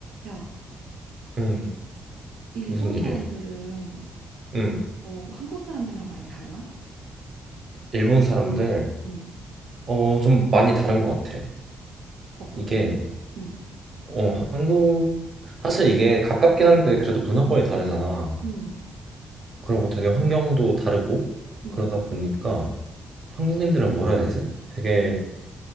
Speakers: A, on the right; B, on the right.
A: 야,
B: 응,
A: 일본
B: 무슨 일이야?
A: 사람들은
B: 응,
A: 어, 한국 사람들이랑 많이 달라?
B: 일본 사람들,
A: 응,
B: 어, 좀 많이 다른 것 같아.
A: 어떻게?
B: 이게,
A: 응,
B: 어, 한국, 사실 이게 가깝긴 한데, 그래도 문화권이 다르잖아.
A: 응,
B: 그리고 되게 환경도 다르고,
A: 응,
B: 그러다 보니까 한국인들은 뭐라 해야 되지? 되게,